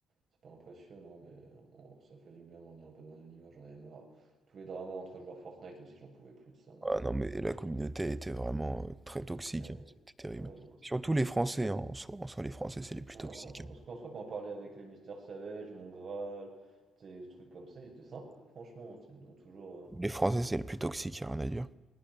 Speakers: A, on the right; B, on the right.
A: c'est pas impressionnant, mais euh, on- ça fait du bien de revenir un peu dans l'anonymat, j'en avais marre. Tous les dramas entre joueurs Fortnite aussi, j'en pouvais plus de ça, moi,
B: Ah
A: c'est
B: non,
A: bon.
B: mais la communauté était vraiment euh, très toxique,
A: Ouais,
B: hein,
A: c'est-
B: c'était terrible.
A: ouais, non, c'était-
B: Surtout les Français,
A: c'était-
B: hein, en soi, en soi, les Français, c'est les plus
A: Ouais,
B: toxiques.
A: non,
B: hein.
A: parce qu'en soi, quand on parlait avec les Mister Savage, mon Graal, des trucs comme ça, ils étaient sympas, franchement, tu sais, ils ont toujours. euh,
B: Les Français, c'est les plus toxiques, y a rien à dire.